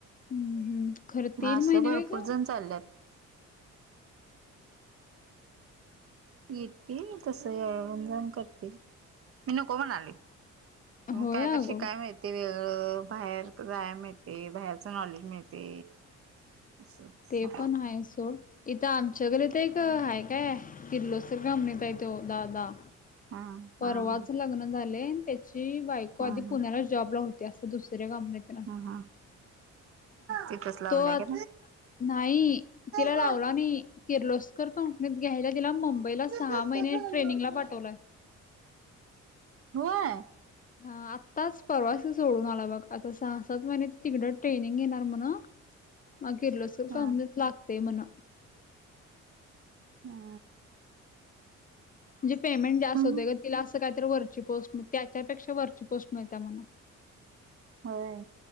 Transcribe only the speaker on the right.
असं
भरपूर
जण चालल्यातय. येतील तस ववजन करतील. मी नको म्हणाली
कायत
शिकायला मिळत. ते वेळ बाहेर जायला मिळते बाहेरचं नॉलेज मिळते. असं तसं
हा हा
हा हा
हा
हा हा. तिथच लावलंय
का
घाल
कसा
घालू
मी
होय.
हा
हा.
हम्म
होय